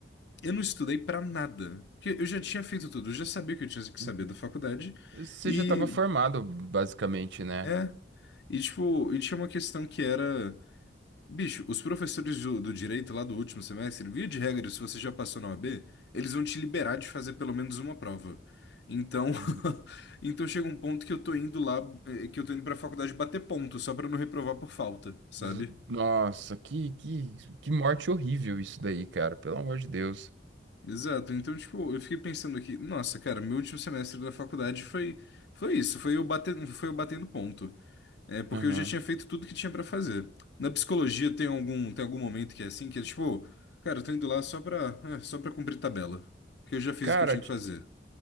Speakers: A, on the left; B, on the right.
A: eu não estudei pra nada. Porque eu já tinha feito tudo, eu já sabia o que eu tinha que
B: Uhum.
A: saber da faculdade.
B: Você
A: E,
B: já estava formado, basicamente, né?
A: é. E, tipo, e tinha uma questão que era. Bicho, os professores do, do direito lá do último semestre, via de regra, se você já passou na OAB, eles vão te liberar de fazer pelo menos uma prova. Então,
B: Uhum.
A: <laughs> então chega um ponto que eu tô indo lá, eh, que eu tô indo pra faculdade bater ponto, só pra não reprovar por falta, sabe?
B: Z- Nossa, que, que, que morte horrível isso daí, cara. Pelo amor de Deus.
A: Exato. Então, tipo, eu fiquei pensando aqui, nossa, cara, meu último semestre da faculdade foi foi isso, foi eu bater, foi eu batendo ponto. É porque
B: Aham.
A: eu já tinha feito tudo que tinha pra fazer. Na psicologia tem algum tem algum momento que é assim, que é tipo, cara, eu tô indo lá só pra é, só para cumprir tabela, porque eu já fiz
B: Cara,
A: o que eu tinha que fazer.